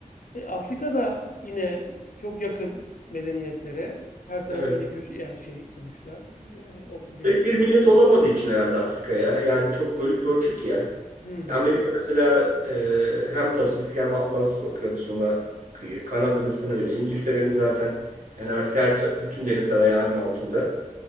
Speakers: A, on the left; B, on the right.
A: E, Afrika'da yine çok yakın medeniyetlere. Her tarafı
B: Evet.
A: yine köşe yani şey sonuçta e, o deniz.
B: Tek bir millet olamadığı için herhalde Afrika ya. Yani çok bölük pörçük ya.
A: Hmm.
B: Ya Amerika mesela e, hem Pasifik hem Atlas Okyanusu'nda kıyı. Kanada desen öyle. İngiltere'nin zaten yani artık her ta- bütün denizler ayağının altında.